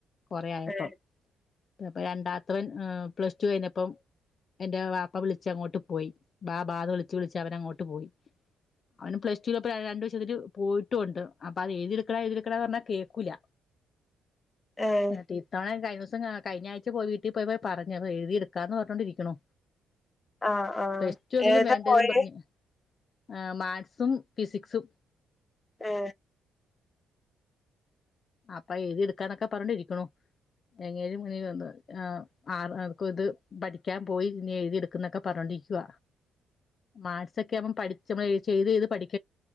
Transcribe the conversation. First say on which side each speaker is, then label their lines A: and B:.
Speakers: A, on the left (about 45°); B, on the left (about 20°).
A: കൊറെ ആയപ്പ
B: ഏഹ്
A: പ്പ രണ്ടാത്തവൻ പ്ലസ് ടു കഴിഞ്ഞപ്പം എന്റെ പാപ്പ വിളിച്ച അങ്ങോട്ട് പോയി ബാ ബാന്ന് വിളിച്ച് വിളിച്ച് അവൻ അങ്ങോട്ട് പോയി അവനും പ്ലസ് ടുവിൽ രണ്ട് വിഷയത്തിന് പോയിട്ടുണ്ട് അപ്പൊ അത് എഴുതിടുക്കഡാ എഴതിെടുക്കഡാ എന്ന് പറഞ്ഞാ കേക്കൂല്ല
B: ഏഹ്
A: എന്നിട്ടീത്തവണ കഴിഞ്ഞ കഴഞ്ഞ ആഴ്ച പോയി വീട്ടിൽ പോയി പോയി പറഞ്ഞ എഴുതി എടുക്കാന്ന് പറഞ്ഞോണ്ടിരിക്കണോ
B: ആഹ് ആഹ്
A: പ്ലസ് ടു എങ്കിലും
B: ഏതാ
A: വേണ്ടെന്നും
B: പോയെ
A: പറഞ്ഞു ആ മാത്സും ഫിസിക്സും
B: ഏ
A: അപ്പൊ ഏതിടുക്കാന്നൊക്കെ പറണ്ടിരിക്ക്ണു എങ്ങനെനും ഇങ്ങനെ വന്ന് ഏ ആർക്കും ഇത് പഠിക്കാൻ പോയി ഇനി എഴുതിയെടുക്കുംന്നൊക്കെ പറഞ്ഞോണ്ടിരിക്കുവ മാർസൊക്കെ അവൻ പഠിച്ച് ചെയ്ത് ചെയ്ത് പഠിക്ക